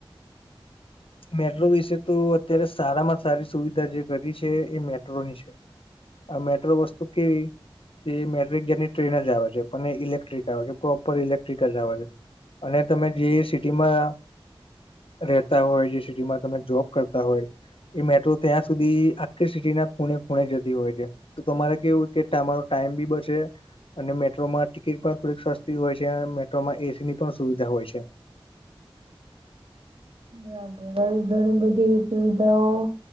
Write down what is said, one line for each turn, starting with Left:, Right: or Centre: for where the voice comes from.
Left: મેટ્રો વિશે તો અત્યારે સારામાં સારી સુવિધા જે કરી છે એ મેટ્રોની છે. આ મેટ્રો વસ્તુ કેવી? એ મેટ્રિક ગની ટ્રેન જ આવે છે પણ એ ઇલેક્ટ્રિક આવે છે પ્રોપર ઇલેક્ટ્રિક જ આવે છે. અને તમે જે સિટીમાં રહેેતા હોય જે સિટીમાં તમે જોબ કરતા હોય એ મેટ્રો ત્યાં સુધી આખી સિટીના ખૂણે ખૂણે જતી હોય છે તો તમારે કેવું કે તમારો ટાઈમ બી બચે. અને મેટ્રોમાં ટિકિટ પણ થોડીક સસ્તી હોય છે અને મેટ્રોમાં એસી ની પણ સુવિધા હોય છે.
Right: હ બરાબ <inaudible> <inaudible> ઘણી બધી સુવિધાઓ